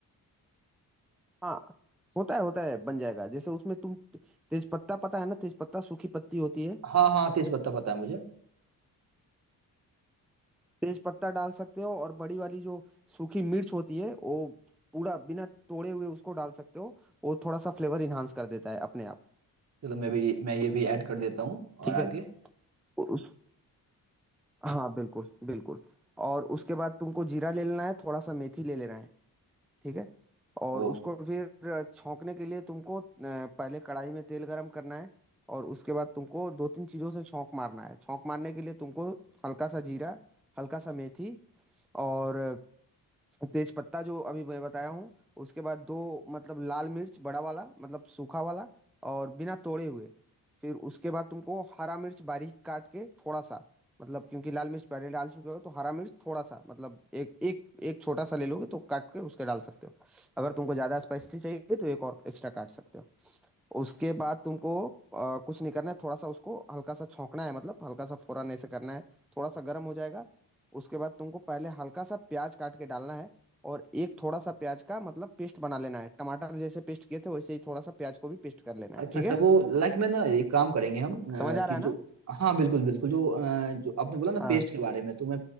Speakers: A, in the centre; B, on the right.
A: हाँ होता है होता है बन जाएगा जैसे उसमें तुम तेज पत्ता पता है ना तेज पत्ता सूखी पत्ती होती है
B: हाँ हाँ तेज पत्ता पता है मुझे
A: तेज पत्ता डाल सकते हो और बड़ी वाली जो सूखी मिर्च होती है वो पूरा बिना तोड़े हुए उसको डाल सकते हो वो थोड़ा सा फ्लेवर इन्हांस कर देता है अपने आप
B: चलो मैं भी मैं ये भी ऐड कर देता हूँ और
A: ठीक
B: आगे
A: है उस हाँ बिल्कुल बिल्कुल और उसके बाद तुमको जीरा ले लेना है थोड़ा सा मेथी ले लेना है ठीक है और
B: ओ
A: उसको फिर अ, छौंकने के लिए तुमको अ, पहले कढ़ाई में तेल गरम करना है और उसके बाद तुमको दो तीन चीज़ों से छौंक मारना है छौंक मारने के लिए तुमको हल्का सा जीरा हल्का सा मेथी और तेज पत्ता जो अभी मैं बताया हूँ उसके बाद दो मतलब लाल मिर्च बड़ा वाला मतलब सूखा वाला और बिना तोड़े हुए फिर उसके बाद तुमको हरा मिर्च बारीक काट के थोड़ा सा मतलब क्योंकि लाल मिर्च पहले डाल चुके हो तो हरा मिर्च थोड़ा सा मतलब एक एक एक छोटा सा ले लोगे तो काट के उसके डाल सकते हो अगर तुमको ज्यादा स्पाइसी चाहिए तो एक और एक्स्ट्रा काट सकते हो उसके बाद तुमको अ, कुछ नहीं करना है थोड़ा सा उसको हल्का सा छौंकना है मतलब हल्का सा फौरन ऐसे करना है थोड़ा सा गर्म हो जाएगा उसके बाद तुमको पहले हल्का सा प्याज काट के डालना है और एक थोड़ा सा प्याज का मतलब पेस्ट बना लेना है टमाटर जैसे पेस्ट किए थे वैसे ही थोड़ा सा प्याज को भी पेस्ट कर लेना
B: अच्छा
A: है ठीक
B: अच्छा
A: है
B: वो लाइक मैं ना एक काम करेंगे हम अ,
A: समझ आ
B: कि
A: रहा
B: जो
A: है ना
B: हाँ बिल्कुल बिल्कुल जो अ, जो आपने बोला ना
A: हाँ
B: पेस्ट के बारे में तो मैं